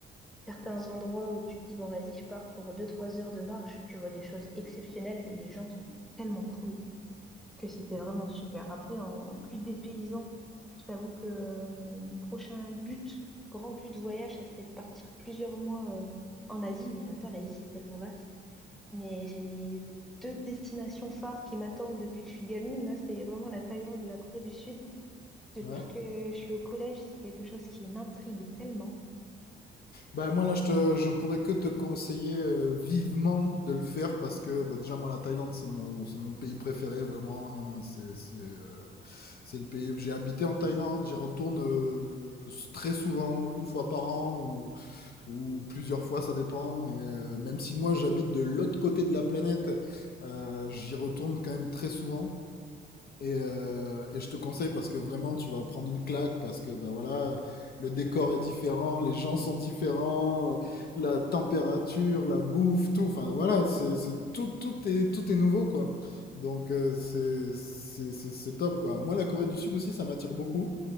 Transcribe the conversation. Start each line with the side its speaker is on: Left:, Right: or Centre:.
Centre: certains endroits où tu te dis, bon, vas-y, je pars pour deux trois heures de marche, tu vois des choses exceptionnelles et les gens sont tellement cool. que c'était vraiment super. Après, en, en plus des paysans, je t'avoue que euh, mon, mon prochain but, grand but de voyage, ça serait de partir plusieurs mois euh, en Asie, mais en même temps, l'Asie, c'est tellement vaste. Mais j'ai mes deux destinations phares qui m'attendent depuis que je suis gamine. Là, c'est vraiment la Thaïlande et la Corée du Sud. Depuis
Left: Mhm.
Centre: que je suis au collège, c'est quelque chose qui m'intrigue tellement.
Left: Ben moi là je te, je pourrais que te conseiller euh, vivement de le faire parce que bah, déjà moi la Thaïlande c'est mon c'est mon pays préféré vraiment hein. c'est c'est euh, c'est le pays j'ai habité en Thaïlande j'y retourne euh, très souvent une fois par an ou, ou plusieurs fois ça dépend mais euh, même si moi j'habite de l'autre côté de la planète euh, j'y retourne quand même très souvent et, euh, et je te conseille parce que vraiment tu vas prendre une claque parce que ben voilà le décor est différent, les gens sont différents, euh, la température, la bouffe, tout. Enfin voilà, c'est c'est- tout tout est tout est nouveau quoi. Donc euh, c'est c'est c'est- c'est top quoi. Moi la Corée du Sud aussi ça m'attire beaucoup,